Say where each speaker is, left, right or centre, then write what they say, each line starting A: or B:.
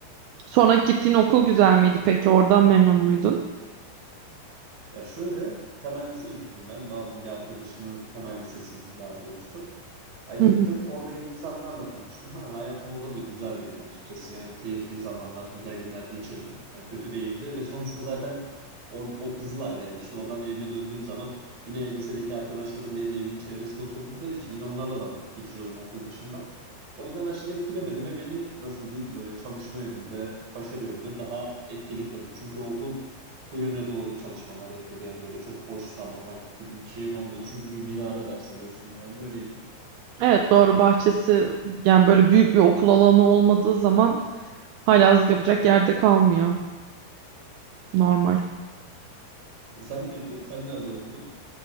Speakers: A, on the right (about 85°); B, on the right (about 45°).
A: Sonra gittiğin okul güzel miydi peki? Oradan memnun muydun?
B: Ya şöyle temel liseye gittim ben. Babamın bir arkadaşının temel lisesiydi daha doğrusu. Ya gittim
A: Hı hı.
B: orada yeni insanlarla tanıştım. Ha, hayatım orada da güzeldi yani açıkçası. Yani keyifli zamanlar, güzel günler geçirdim. Yani kötü değildi ve sonuçta zaten or- o Kızılay'daydı. İşte oradan evime döndüğüm zaman yine lisedeki arkadaşlarım benim evimin çevresinde oturdukları için yine onlarla da vakit geçiriyordum okul dışında. O yüzden aşırı etkilemedi ve beni nasıl diyeyim böyle çalışma yönünde, başarı yönünde daha etkili kıldı. Çünkü o okul bu yöne doğru çalışmalar yapıyordu. Yani böyle çok boş zaman, vakit gibi bir şeyin olmuyordu. Çünkü bir binada ders alıyorsun yani öyleydi.
A: Evet doğru bahçesi yani böyle büyük bir okul alanı olmadığı zaman haylazlık yapacak yerde kalmıyor. Normal.
B: Sen peki, sen nerede okudun?